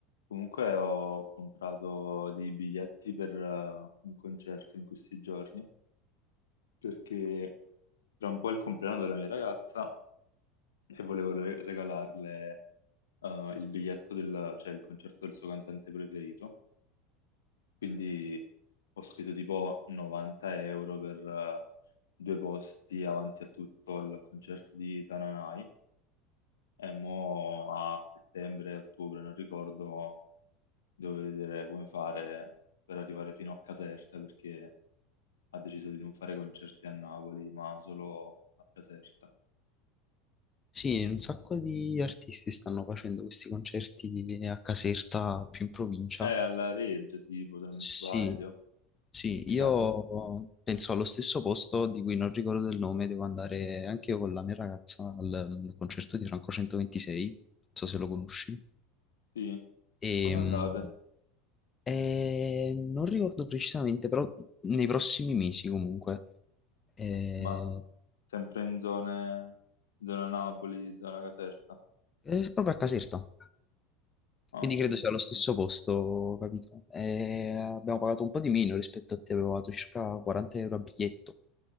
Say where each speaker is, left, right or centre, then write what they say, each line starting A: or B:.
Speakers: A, on the left (about 75°); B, on the left (about 25°).
A: Comunque ho comprato dei biglietti per eh, un concerto in questi giorni perché tra un po' è il compleanno della mia ragazza e volevo re- regalarle eh, il biglietto del, cioè il concerto del suo cantante preferito. Quindi ho speso tipo 90 euro per eh, due posti avanti a tutto al concerto di Tananai e mo a settembre, ottobre, non ricordo, devo vedere come fare per arrivare fino a Caserta perché ha deciso di non fare concerti a Napoli, ma solo a Caserta.
B: Sì, un sacco di artisti stanno facendo questi concerti di- a Caserta, più in provincia.
A: È alla Reggia, tipo, se non
B: Sì,
A: mi sbaglio.
B: sì,
A: Chissà.
B: io penso allo stesso posto di cui non ricordo il nome, devo andare anche io con la mia ragazza al mm, concerto di Franco 126, non so se lo conosci.
A: Sì.
B: Ehm,
A: Quando andate?
B: E, mm, eh, non ricordo precisamente, però nei prossimi mesi comunque. Eh,
A: Ma sempre in zone, zona Napoli, zona Caserta.
B: è proprio a Caserta.
A: Ah,
B: Quindi
A: ok.
B: credo sia lo stesso posto, capito? E abbiamo pagato un po' di meno rispetto a te, abbiamo pagato circa 40 euro a biglietto.